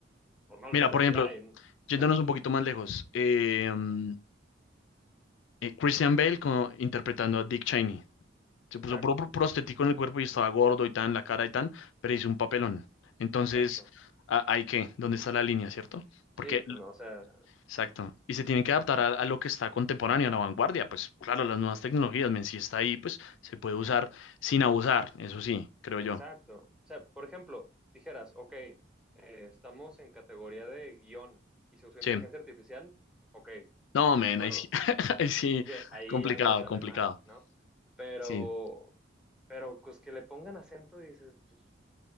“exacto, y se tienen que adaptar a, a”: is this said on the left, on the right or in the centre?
Left